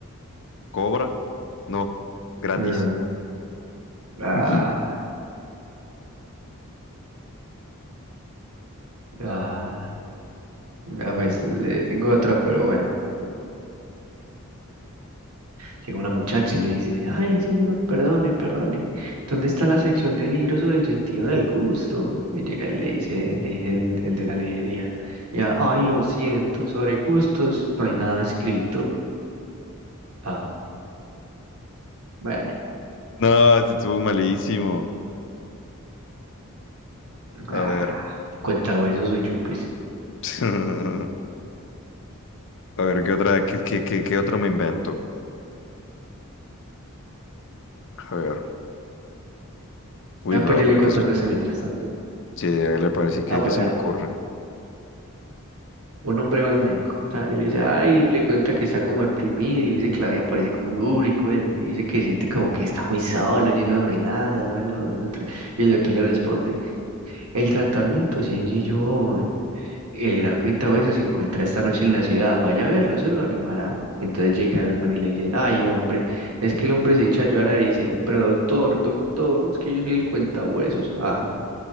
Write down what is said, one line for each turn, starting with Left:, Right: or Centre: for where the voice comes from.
Left: ¿Cobra? No, gratis.
Right: ah, ah,
Left: <laughs>
Right: ah, ah, pues le tengo otra, pero bueno. Llega una muchacha y le dice, ay, señor, perdone, perdone, ¿dónde está la sección de libros sobre el sentido del gusto? Y llega y le dice, le dice el, el de la librería, ya, ay, lo siento, sobre gustos no hay nada escrito. Ah, bueno,
Left: No, este estuvo malísimo.
Right: ah,
Left: A ver.
Right: cuenta eso soy yo, pues.
Left: <laughs> A ver, ¿qué otra, qué, qué, qué, qué otro me invento? A ver. Uy,
Right: Ah,
Left: bro,
Right: pues yo
Left: pero
Right: le contando
Left: es que eso,
Right: eso mientras tanto.
Left: sí, le parece? decir que,
Right: Ah, pues
Left: que se
Right: vea.
Left: me ocurre.
Right: Un hombre va al médico, tan, y le dice, ay, le cuenta que está como deprimido, y le dice que la vida parece como dura y cruel, y dice que siente como que está muy solo, lleno de amenazas, bueno, no, no entre- y el doctor le responde, el tratamiento es sencillo, joven. El gran cuentabesos se encuentra esta noche en la ciudad, vaya a verlo, eso lo animará. Entonces llega el man y le dice, ay, hombre, es que el hombre se echa a llorar y dice, pero doctor, doctor, es que yo soy el cuentahuesos. Ah,